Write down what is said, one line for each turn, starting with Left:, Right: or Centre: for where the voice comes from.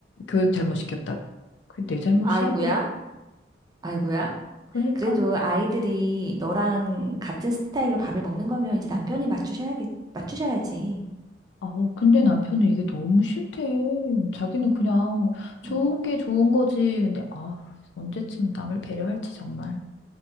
Left: 교육
Right: 음.
Left: 잘못 시켰다고. 그게 내 잘못이야,
Right: 아이고야,
Left: 그게?
Right: 아이고야.
Left: 그러니까.
Right: 그래도 아이들이 너랑 같은 스타일로 밥을 먹는 거면 이제 남편이 맞추셔야, 맞추셔야지.
Left: 아우, 근데 남편은 이게 너무 싫대. 자기는 그냥 좋은
Right: 음,
Left: 게 좋은 거지. 근데 아, 언제쯤 남을 배려할지 정말.